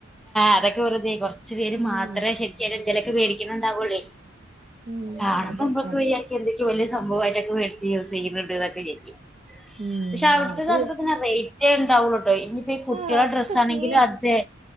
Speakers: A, in the centre; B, on the right (about 35°).
A: അതൊക്കെ വെറുതായി കുറച്ചു പേര്
B: ഉം
A: മാത്രമേ ശരി ചില എന്തേലുമൊക്കെ മേടിക്കുന്നണ്ടാവലേ
B: ഉം
A: കാണുമ്പോുമ്പൊക്കെ
B: അതെ ആ,
A: വ്യൽ എന്തൊക്ക വല്യ സംഭവമായിട്ടൊെ യൂസ് ചെയുന്നുണ്ട് ഇതൊക്കെ ചെയും
B: ഉം
A: പക്ഷെ അവിടത്ത
B: അത്
A: അതുപോലെ തന്നെ റേറ്റ് ഉണ്ടാവുള്ളൂ കേട്ടോ ഇനി പ്പഈ കുട്ട്യാള
B: ആ ഒക്കെ
A: ഡ്രസ്സ് ആണെങ്കില്
B: സെയിം
A: അതെ